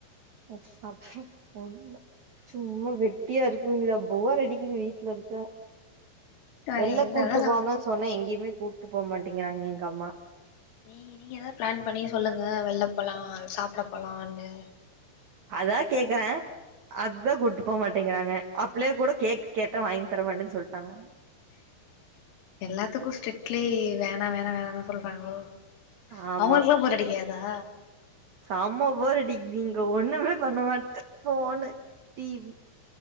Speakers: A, on the right; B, on the left.
A: <unintelligible> ஒன்னுல சும்மா வெட்டியா இருக்கவேண்டியதா போர் அடிக்குது வீட்ல இருக்க
B: வேற
A: வெள்ள
B: என்னதா
A: கூட்டுப்போங்க
B: நா
A: சொன்ன எங்க எங்கயுமே கூட்டு போ மாட்டிங்கிறாங்க எங்க அம்மா
B: நீங்க நீங்க தான் பிளான் பண்ணி சொல்லுங்க எங்கனா வெள்ள போழாம் சாப்புட போலானு
A: அதா கேக்குறேன் அத கூட்டு போமாட்டேங்குறாங்க அப்பலையே கூட கேக் கேட்ட வாங்கி தரமாட்டேன்னு சொல்லிட்டாங்க
B: எல்லாத்துக்கும் ஸ்ட்ரிட்லி வேணா வேணா வேணானு சொல்றாங்களோ
A: ஆமா
B: அவங்களுக்குல்லா போர் அடிக்காதா
A: செமபோருடி நீங்க ஒண்ணுமே பண்ண மாட்ட ஃபோனு டிவி